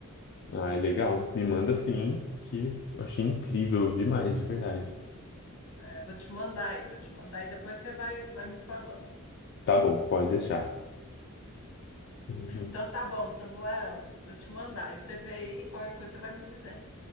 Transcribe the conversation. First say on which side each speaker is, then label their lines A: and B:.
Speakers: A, on the left; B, on the left.
A: Ah, é legal. Me manda sim, que eu achei incrível demais, de verdade.
B: É, vou te mandar aí, vou te mandar aí, depois você vai, vai me falando.
A: Tá bom, pode deixar. <laughs>
B: Então tá bom, Samuel. Vou te mandar. E você vê aí, qualquer coisa você vai me dizendo.